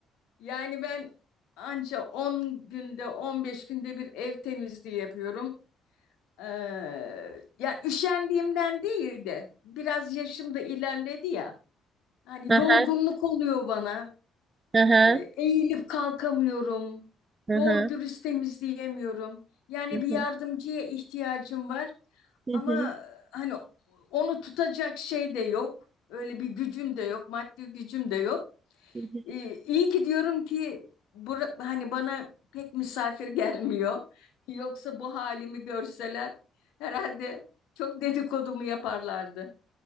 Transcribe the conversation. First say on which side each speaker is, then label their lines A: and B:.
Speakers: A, on the left; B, on the right.
A: Yani ben anca 10 günde 15 günde bir ev temizliği yapıyorum. Ee, ya üşendiğimden değil de biraz yaşım da ilerledi ya. Hani
B: Hı
A: yorgunluk
B: hı,
A: oluyor bana.
B: hı hı,
A: E, eğilip kalkamıyorum.
B: hı
A: Doğru
B: hı,
A: dürüst temizleyemiyorum. Yani
B: hı
A: bir
B: hı,
A: yardımcıya ihtiyacım var
B: hı
A: ama
B: hı.
A: e, hani onu tutacak şey de yok. Öyle bir gücüm de yok, maddi gücüm de yok.
B: hı hı.
A: E, iyi ki diyorum ki bura- hani bana pek misafir gelmiyor. <laughs> Yoksa bu halimi görseler herhalde çok dedikodumu yaparlardı.